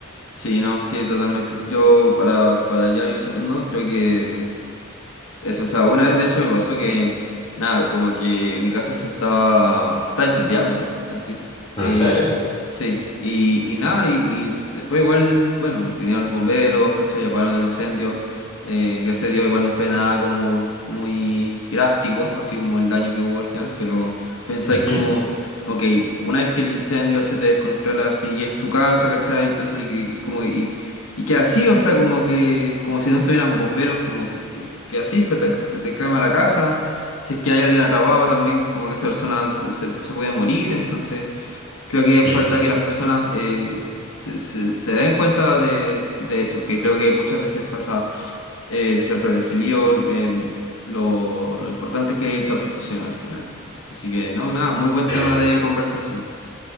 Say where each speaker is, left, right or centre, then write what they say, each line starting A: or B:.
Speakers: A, on the left (about 85°); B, on the left (about 25°).
A: Sí, no, sí, totalmente. Yo para, para ya ir cerrando, creo que Eso, o sea, una vez de hecho me pasó que, nada, como que mi casa se estaba, se estaba incendiando, así.
B: ¿En
A: Eh,
B: serio?
A: sí, y, y nada, y, y después igual, bueno, vinieron los bomberos, ¿cachai? Apagaron el incendio. Eh, gracias a Dios igual no fue nada como muy drástico, así como el daño que hubo al final, pero pensáis
B: Ujú,
A: como, ok, una vez que el incendio se te descontrola así y es tu casa, ¿cachai? Y todo eso, y, que- y es como, y, y que así, o sea, como que, como si no estuvieran bomberos, como que, que, que así se te, se te quema la casa. Si es que hay alguien atrapado también, como que esa persona se, se puede morir. Entonces, creo que
B: ujú.
A: falta que las personas eh, se, se, se den cuenta de, de eso, que creo que muchas veces pasa eh, de eh, lo, lo importante que es esa profesión al final. Así que, no, nada, muy buen
B: Eh,
A: tema de conversación.